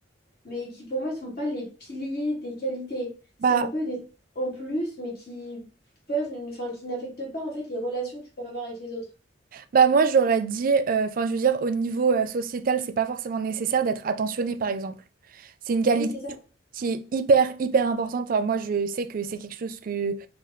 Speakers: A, on the left; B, on the right.
A: mais qui pour moi sont pas les piliers des qualités.
B: Bah,
A: C'est un peu des trucs en plus, mais qui peuvent, enfin, qui n'affectent pas en fait les relations que tu peux avoir avec les autres.
B: bah moi j'aurais dit, euh, enfin je veux dire au niveau euh, sociétal, c'est pas forcément nécessaire d'être attentionné par exemple. C'est une qualité
A: Oui, c'est ça.
B: qui est hyper hyper importante. Enfin, moi je sais que c'est quelque chose que